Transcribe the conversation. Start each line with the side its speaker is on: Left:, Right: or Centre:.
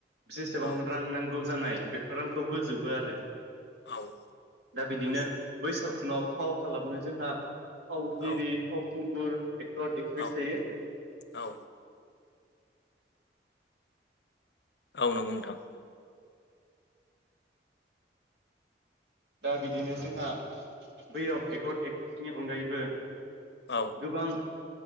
Right: जसेबां
Left: औ
Right: रां नांगौ जानाय बेफोर रांखौ होजोबो आरो।
Left: औ
Right: दा बिदिनो
Left: थारैनो
Right: बै सावथुनाव फाव खालामनो जोंहा फावगिरि
Left: औ
Right: फावखुंगुर एकटर एकट्रिस
Left: औ
Right: थायो।
Left: औ औ नंगौ नोंथां।
Right: दा बिदिनो जोंहा बैयाव एक्कर्ड एक्ट्रिसनि अनगायैबो
Left: औ
Right: गोबां